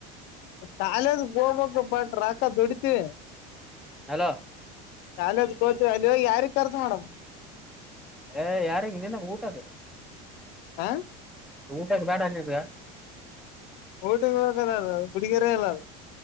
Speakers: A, on the left (about 55°); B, in the centre.
A: ಕಾಲೇಜ ಹೋಗ್ಬೇಕು ಬಟ್ ರಕ್ಕ ದುಡಿತೀವಿ..
B: ಹಲೋ
A: ಕಾಲೇಜಿಗೆ ಹೋದ ಯಾರ ಕರ್ಸ ಮಾಡೇಡಮ್...
B: ಏ ಯಾರಾಗ ನಿನಾಗ ಊಟದ..
A: ಆ.
B: ಊಟಕ್ಕೆ ಬೇಡ ನೀವ.
A: ಊಟಿಗೆ ಹೋಗಲ್ಲಾರ ಹುಡಗಿಯರ ಅಲ್ಲಾರ..